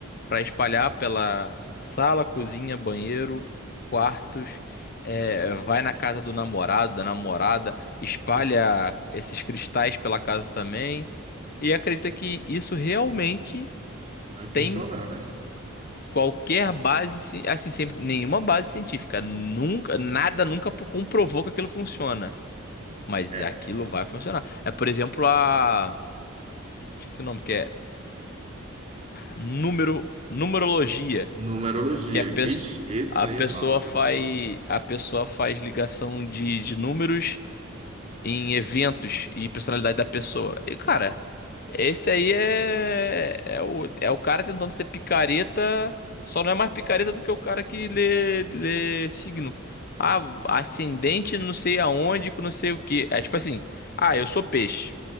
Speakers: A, on the left; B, on the right.
A: para espalhar pela sala, cozinha, banheiro, quartos. é, vai na casa do namorado, da namorada, espalha
B: <laughs>
A: esses cristais pela casa também e acredita que isso realmente
B: vai funcionar,
A: tem
B: né?
A: qualquer base, ci- assim, sempre, nenhuma base científica, nunca, nada nunca comprovou que aquilo funciona. Mas
B: É.
A: aquilo vai funcionar. É, por exemplo, a. Esqueci o nome, que é número... numerologia,
B: Numerologia.
A: que é pes-
B: Ixi, esse
A: a
B: aí
A: pessoa
B: é barra, viu,
A: faz
B: cara?
A: a pessoa faz ligação de, de números em eventos e personalidade da pessoa. E, cara, esse aí é, é o, é o cara tentando ser picareta, só não é mais picareta do que o cara que lê, lê signo. Ah, ascendente não sei aonde, que não sei o que É tipo assim, ah, eu sou peixe.